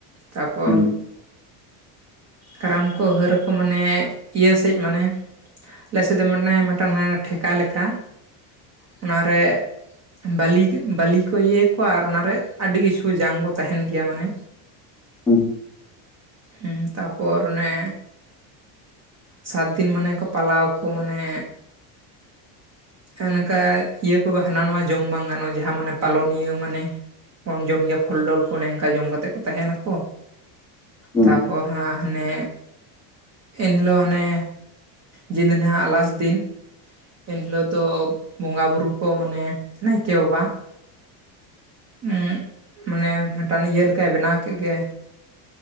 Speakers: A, on the right (about 30°); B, in the centre.
A: ᱛᱟᱯᱚᱨ
B: ᱦᱩᱸ
A: ᱠᱟᱨᱟᱢ ᱠᱚ ᱦᱟᱹᱨ ᱟᱠᱚ ᱢᱟᱱᱮ ᱤᱭᱟᱹ ᱥᱮᱡ ᱢᱟᱱᱮ ᱟᱞᱮ ᱥᱮᱫ ᱫᱚ ᱢᱟᱱᱮ ᱢᱤᱫᱴᱟᱝ ᱱᱮ ᱴᱷᱮᱠᱟ ᱞᱮᱠᱟ, ᱚᱱᱟᱨᱮ ᱵᱟᱞᱤ ᱵᱟᱞᱤ ᱠᱚ ᱤᱭᱟᱹᱭᱟᱠᱚ ᱟᱨ ᱚᱱᱟᱨᱮ ᱟᱰᱤ ᱠᱤᱪᱷᱩ ᱡᱟᱝ ᱠᱚ ᱛᱟᱦᱮᱱ ᱜᱮᱭᱟ ᱢᱟᱱᱮ
B: <unintelligible>
A: ᱦᱩᱸᱛᱟᱯᱚᱨ ᱚᱱᱮ, ᱥᱟᱛ ᱫᱤᱱ ᱢᱟᱱᱮ ᱠᱚ ᱯᱟᱞᱟᱣ ᱟᱠᱚ ᱢᱟᱱᱮ ᱦᱮᱸ ᱱᱚᱝᱠᱟ ᱤᱭᱟᱹ ᱠᱚ ᱜᱮ ᱦᱟᱱᱟ ᱱᱟᱣᱟ ᱡᱚᱢ ᱵᱟᱝ ᱜᱟᱱᱚᱜᱼᱟ ᱡᱟᱦᱟᱸ ᱢᱟᱱᱮ ᱯᱟᱞᱚᱱᱤᱭᱟᱹ ᱢᱟᱱᱮ ᱵᱚᱱ ᱡᱚᱢ ᱜᱮᱭᱟ ᱯᱷᱚᱞᱰᱚᱞ ᱠᱚ ᱚᱱᱮ ᱚᱱᱠᱟ ᱡᱚᱢ ᱠᱟᱛᱮᱫ ᱠᱚ ᱛᱟᱦᱮᱱᱟᱠᱚ᱾
B: ᱦᱩᱸ
A: ᱛᱟᱯᱚᱨ ᱦᱟᱸᱜ ᱦᱟᱱᱮ ᱮᱱᱦᱤᱞᱳᱜ ᱦᱟᱱᱮ ᱡᱮ ᱫᱤᱱᱦᱟᱜ ᱞᱟᱥᱴ ᱫᱤᱱ ᱮᱱᱦᱤᱞᱳᱜ ᱫᱚ ᱵᱚᱸᱜᱟ ᱵᱩᱨᱩ ᱠᱚ ᱢᱟᱱᱮ ᱱᱟᱭᱠᱮ ᱵᱟᱵᱟ ᱩᱸ ᱢᱟᱱᱮ ᱢᱤᱫᱴᱟᱱ ᱤᱭᱟᱹ ᱞᱮᱠᱟᱭ ᱵᱮᱱᱟᱣ ᱠᱮᱫ ᱜᱮ